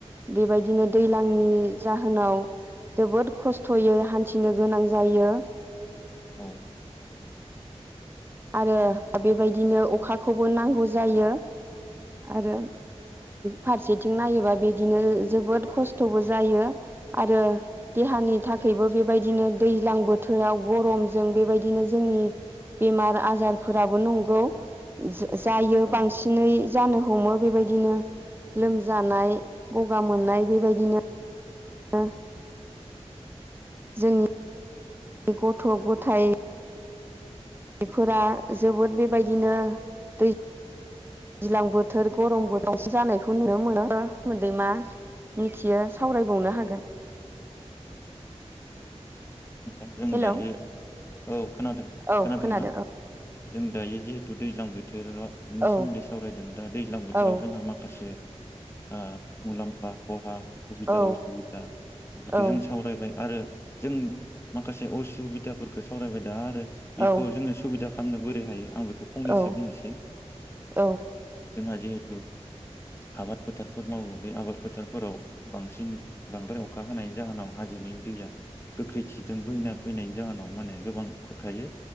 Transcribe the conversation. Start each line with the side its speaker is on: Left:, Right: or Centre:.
Right: बेबायदिनो दैलांनि जाहोनाव जोबोद खस्थ'यै हान्थिनो गोनां जायो।
Left: औ।
Right: आरो बेबायदिनो अखाखौबो नांगौ जायो आरो फारसेथिं नायोबा बिदिनो जोबोद खस्थ'बो जायो आरो देहानि थाखायबो बे बायदिनो दैज्लां बोथोराव गरमजों बेबायदिनो जोंनि बेमार आजारफोराबो नंगौ, जा जायो
Left: औ औ
Right: बांसिनै जानो हमो बेबायदिनो लोमजानाय गगा मोननाय बेबायदिनो नो जोंनि गथ गथाय बेफोरा जोबोद बेबायदिनो दै दैज्लां बोथोर गरम बोथोरावसो जानायखौ नुनो मोनो मोदै मा मिथियो सावरायबावनो हागोन
Left: ओ जों
Right: हेल'
Left: दायो औ खोनादों
Right: औ
Left: खोनादोंना
Right: खोनादों
Left: जों दायो जिहेतु दैजलां बोथोर बोथोरनि
Right: औ
Left: सोमोन्दै सावरायदों दा दैज्लां बोथोराव
Right: औ
Left: जोंहा माखासे आ मुलामफा खहा सुबिदा
Right: औ
Left: असुबिदा बेफोरखौ
Right: औ
Left: जों सावरायबाय आरो जों माखासे असुबिदाफोरखौ सावरायबाय दा आरो बेखौ
Right: औ
Left: जोंङो सुबिदा खालाम खालामनो बोरै हायो आं बेखौ फंनैसो
Right: औ
Left: बुंनोसै
Right: औ
Left: जोंहा जिहेथु आबाद फोथारफोर मावो बे आबाद फोथारफोराव बांसिन बांद्राय अखा हानायनि जाहोनाव हाजोनि दैया गोख्रैथि फैना फैनायनि जाहोनाव माने गोबां खुरखायो